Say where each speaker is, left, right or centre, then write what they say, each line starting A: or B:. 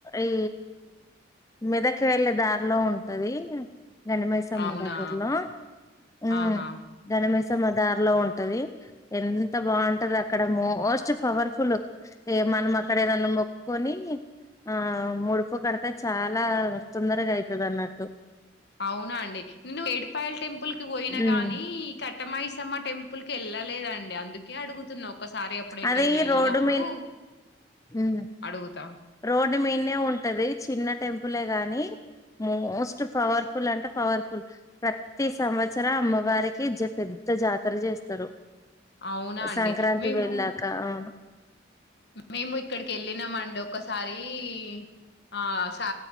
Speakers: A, on the left; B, on the left.
A: ఈ. మెదక్ వెళ్ళే దారిలో ఉంటది. గండి మైసమ్మ
B: అవునా
A: దగ్గర్లో ఉమ్
B: ఆహా
A: గండీ మైసమ్మ మ దారిలో ఉంటది ఎంత బాగుంటదక్కడ మోస్ట్ పవర్ఫుల్ ఏ మనం అక్కడ ఏదన్నా మొక్. కొని ఆహ్ ముడుపు కడితే చాలా తొందరగా అయితది అన్నట్టు.
B: అవునా అండి నేను ఎడుపాయల్ టెంపుల్ కి పోయిన
A: ఉమ్
B: గాని కట్ కట్ట మైసమ్మ టెంపుల్ కి వెళ్ళలేదండి. అందుకే అడుగుతున్న ఒక్కసారి ఎప్పుడు ఎట్నా
A: అది
B: వెళ్ళినప్పుడు
A: రోడ్డు మీ ఉమ్
B: అడుగుతా.
A: రోడ్డు మీద ఉంటది చిన్న టెంపులే గాని మోస్ట్ పవర్ఫుల్ అంటే పవర్ఫుల్ ప్రతి సంవత్సరం అమ్మవారికి పెద్ద జాతర చేస్తారు.
B: అవునా అండి
A: సంక్రాంతి
B: మేము
A: వెళ్ళాక అవును
B: మేము ఇక్కడికి వెళ్ళినామండి ఒకసారి. ఈ ఆహ్ సా